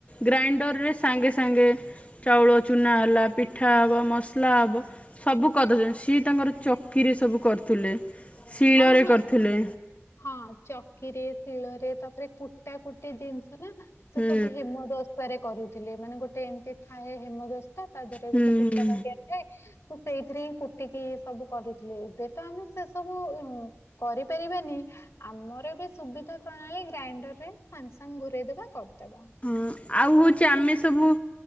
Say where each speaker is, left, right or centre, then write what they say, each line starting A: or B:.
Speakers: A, on the left; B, on the left.
A: ଗ୍ରାଇଣ୍ଡରରେ ସାଙ୍ଗେ ସାଙ୍ଗେ ଚାଉଳ ଚୁନା ହେଲା ପିଠା ହବ ମସଲା ହବ ସବୁ କରିଦଉଛନ୍ତି ସିଏ ତାଙ୍କର ଚକିରେ ସେ ସବୁ କରୁଥିଲେ ଶିଳରେ
B: ହଁ ହଁ
A: କରୁଥିଲେ।
B: ହଁ ଚକିରେ, ଶିଳରେ ତାପରେ କୁଟା କୁଟି ଜିନିଷ ନା ସେ
A: ହୁଁ
B: ସବୁ ହେମଦସ୍ତାରେ କରୁଥିଲେ ମାନେ ଗୋଟେ ଏମିତି ଥାଏ ହେମଦସ୍ତା ତା ଦେହରେ
A: ହୁଁ
B: ଗୋଟେ କୁଟା
A: ହୁଁ।
B: ବାଟିଆ ଥାଏ ତ ସେଇ ଏଥିରେ ହି କୁଟିକି ସବୁ କରୁଥିଲେ ଏବେ ତ ଆମେ ସେ ସବୁ କରିପାରିବାନି ଆମର ବି ସୁବିଧା ପ୍ରଣାଳୀ ଗ୍ରାଇଣ୍ଡର ରେ ସାଙ୍ଗେ ସାଙ୍ଗେ ଘୁରେଇଦବା କରଦଵା
A: ହଁ ଆଉ ହଉଛି ଆମେ ସବୁ